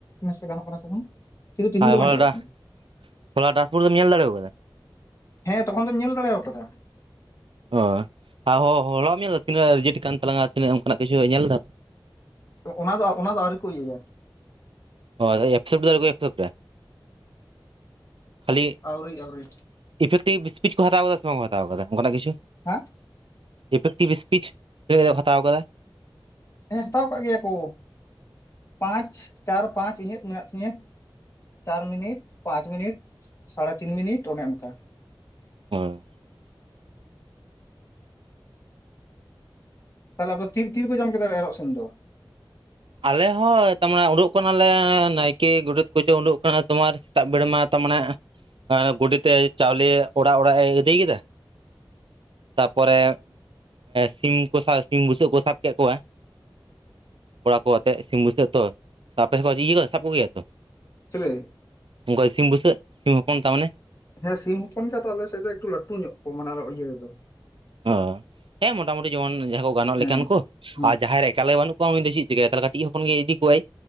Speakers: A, on the left; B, on the right.
A: ᱥᱮ ᱜᱚᱱᱚᱜ ᱠᱟᱱᱟ ᱥᱮ ᱵᱟᱝ ᱠᱤᱱᱛᱩ ᱛᱤᱦᱤᱧ
B: ᱟᱨ
A: ᱫᱚ ᱵᱟᱝ
B: ᱦᱳᱭ
A: ᱧᱮᱞᱚᱜ
B: ᱚᱱᱟ
A: ᱠᱟᱱᱟ
B: ᱦᱚᱞᱟ ᱰᱟᱥᱵᱳᱲ ᱫᱚᱢ ᱧᱮᱞ ᱫᱟᱲᱮ ᱟᱠᱟᱫᱟ
A: ᱦᱮᱸ ᱛᱚᱠᱷᱚᱱ ᱫᱚᱧ ᱧᱮᱞ ᱫᱟᱲᱮ ᱟᱠᱟᱫᱟ
B: ᱚ ᱟᱨ ᱦᱚᱸ ᱦᱚᱞᱟᱢ ᱧᱮᱞ ᱞᱮᱫᱟ ᱛᱤᱱᱟᱹᱜ ᱨᱮᱡᱮᱴ ᱥᱠᱟᱱ ᱛᱟᱞᱟᱝ-ᱟ ᱛᱤᱱᱟᱜ ᱚᱱᱠᱟᱱᱟᱜ ᱠᱤᱪᱷ ᱧᱮᱞ ᱞᱮᱫᱟᱢ
A: ᱚᱱᱟ ᱫᱚ ᱚᱱᱟ ᱫᱚ ᱟᱹᱣᱨᱤ ᱠᱚ ᱤᱭᱟᱹᱭᱟ
B: ᱦᱳᱭ ᱮᱠᱥᱮᱯᱴ ᱫᱚ ᱟᱶᱨᱤ ᱠᱚ ᱮᱠᱥᱮᱯᱴ-ᱟ ᱠᱷᱟᱹᱞᱤ
A: ᱟᱹᱣᱨᱤ ᱟᱹᱣᱨᱤ
B: ᱤᱯᱷᱮᱠᱴᱤᱵᱷ ᱥᱯᱤᱪ ᱠᱚ ᱦᱟᱛᱟᱣ ᱟᱠᱟᱫᱟ ᱥᱮ ᱵᱟᱝ ᱠᱚ ᱦᱟᱛᱟᱣ ᱟᱠᱟᱫᱟ ᱚᱱᱠᱟᱱᱟᱜ ᱠᱤᱪᱷᱩ
A: ᱦᱮᱸ
B: ᱤᱯᱷᱮᱠᱴᱤᱵᱽ ᱤᱥᱯᱤᱪ ᱪᱮᱫ ᱦᱟᱛᱟᱣ ᱟᱠᱟᱫᱟ?
A: ᱦᱮᱸ, ᱦᱟᱛᱟᱣ ᱠᱟᱜ ᱜᱮᱭᱟ ᱠᱚ, ᱯᱟᱸᱪ ᱪᱟᱨ ᱯᱟᱸᱪ ᱤᱧᱟᱹᱜ ᱢᱮᱱᱟᱜ ᱛᱤᱧᱟᱹ᱾ ᱪᱟᱨ ᱢᱤᱱᱤᱴ, ᱯᱟᱸᱪ ᱢᱤᱱᱤᱴ, ᱥᱟᱲᱮ ᱛᱤᱱ ᱢᱤᱱᱤᱴ ᱚᱱᱮ ᱚᱱᱠᱟ ᱾
B: ᱦᱳᱭ ᱾
A: ᱛᱟᱦᱚᱞᱮ ᱟᱯᱮ ᱛᱤᱱ ᱨᱮᱯᱮ ᱡᱚᱢ ᱠᱮᱫᱟ ᱮᱨᱚᱜ ᱥᱤᱢ ᱫᱚ?
B: ᱟᱞᱮ ᱦᱚᱸ, ᱛᱟᱨᱢᱟᱱᱮ ᱩᱰᱩᱜ ᱠᱟᱱᱟᱞᱮ ᱱᱟᱭᱠᱮ, ᱜᱚᱰᱮᱛ ᱠᱚᱪᱚ ᱩᱰᱩᱜ ᱠᱟᱱᱟ ᱛᱳᱢᱟᱨ ᱥᱮᱛᱟᱜ ᱵᱮᱲᱟ ᱢᱟ ᱛᱟᱨᱢᱟᱱᱮ ᱮ ᱜᱳᱰᱮᱛ ᱮ ᱪᱟᱣᱞᱮ ᱚᱲᱟᱜ ᱚᱲᱟᱜ ᱮ ᱟᱹᱫᱟᱹᱭ ᱠᱮᱫᱟ, ᱛᱟᱯᱚᱨᱮ ᱥᱤᱢ ᱠᱚ ᱥᱤᱢ ᱵᱩᱥᱟᱹᱜ ᱠᱚ ᱥᱟᱵ ᱠᱮᱫ ᱠᱚᱣᱟ ᱾ ᱠᱚᱲᱟ ᱠᱚ ᱟᱛᱮ ᱥᱤᱢ ᱵᱩᱥᱟᱹᱜ ᱛᱚ, ᱟᱯᱮ ᱥᱮᱫ ᱤᱭᱟᱹ ᱥᱟᱵ ᱠᱚᱜᱮᱭᱟ ᱛᱚ?
A: ᱪᱤᱞᱤ
B: ᱩᱱᱠᱟ ᱥᱤᱢ ᱵᱩᱥᱟᱹᱜ ᱥᱤᱢ ᱦᱚᱯᱚᱱ ᱛᱟᱨᱢᱟᱱᱮ
A: ᱦᱮᱸ, ᱥᱤᱢ ᱦᱚᱯᱚᱱ ᱜᱮ ᱛᱚ ᱟᱞᱮ ᱥᱮᱫ ᱫᱚ ᱮᱠᱴᱩ ᱞᱟᱹᱴᱩ ᱧᱚᱜ ᱠᱚᱣᱟ ᱢᱟᱱᱮ ᱟᱨ ᱤᱭᱟᱹ ᱨᱮᱫᱚ ᱾
B: ᱦᱮᱸ, ᱢᱚᱴᱟᱢᱩᱴᱤ ᱡᱮᱢᱚᱱ ᱡᱟᱦᱟᱸᱭ ᱠᱚ ᱜᱟᱱᱚᱜ
A: ᱦᱮᱸ
B: ᱞᱮᱠᱟᱱ ᱠᱚ
A: ᱦᱩᱸ
B: ᱟᱨ ᱡᱟᱦᱟᱸᱭ ᱨᱮ ᱮᱠᱟᱞ ᱜᱮ ᱵᱟᱹᱱᱩᱜ ᱠᱚᱣᱟ, ᱩᱱᱤ ᱫᱚ ᱪᱮᱫ? ᱪᱤᱠᱟᱭᱟ ᱛᱟᱦᱚᱞᱮ ᱠᱟᱹᱴᱤᱡ ᱦᱚᱯᱚᱱ ᱜᱮ ᱤᱫᱤ ᱠᱚᱣᱟᱭ,